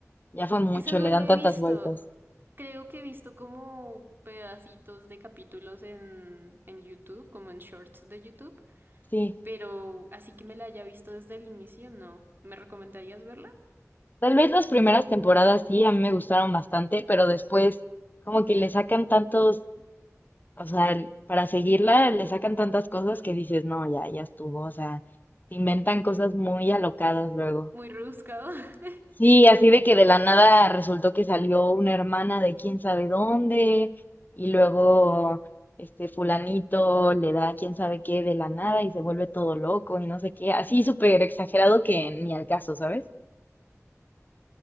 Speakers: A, on the left; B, on the right.
A: ya fue mucho,
B: Esa no
A: le
B: la
A: dan tantas
B: he visto.
A: vueltas.
B: Creo que he visto como pedacitos de capítulos en, en YouTube, como en shorts de YouTube.
A: Sí,
B: Pero así que me la haya visto desde el inicio, no. ¿Me recomendarías verla?
A: tal vez las primeras temporadas sí, a mí me gustaron bastante, pero después como que le sacan tantos O sea, el- para seguirla le sacan tantas cosas que dices, no, ya, ya estuvo. O sea, se inventan cosas muy alocadas luego.
B: Muy rebuscado. <laughs>
A: Sí, así de que de la nada resultó que salió una hermana de quién sabe dónde y luego este fulanito le da quién sabe qué de la nada y se vuelve todo loco y no sé qué. Así súper exagerado que ni al caso, ¿sabes?